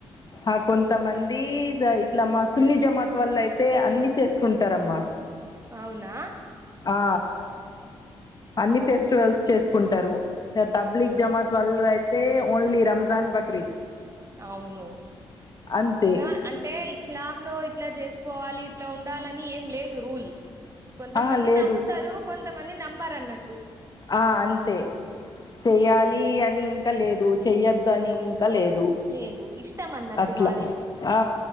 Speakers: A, on the left (about 40°); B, on the right (about 30°).
A: ఆ కొంతమంది ద ఇట్లా మస్లీ జమాత వల్ల అయితే అన్ని చేసుకుంటారమ్మా
B: అవునా
A: ఆ అన్ని ఫెస్టివల్స్ చేసుకుంటారు త తబ్లిగ
B: ఊహు,
A: జమాత్ వాళ్ళ అయితే ఓన్లీ రంజాన్ బక్రీద్
B: అవును
A: అంతే
B: ఇగా ఆన్ టే ఇస్లాం లో ఇట్లా చేసుకోవాలి ఇట్లా ఉండాలని ఏం లేదు రూల్ కొంతమంది
A: ఆ లేదు
B: నమ్ముతారు కొంతమంది నమ్మారు అన్నట్టు
A: ఆ అంతే చెయ్యాలి అని ఇంకా లేదు చెయ్యదు అని ఇంకా లేదు
B: లేదు ఇష్టం అన్నట్టు
A: అట్లా
B: మాది
A: ఆ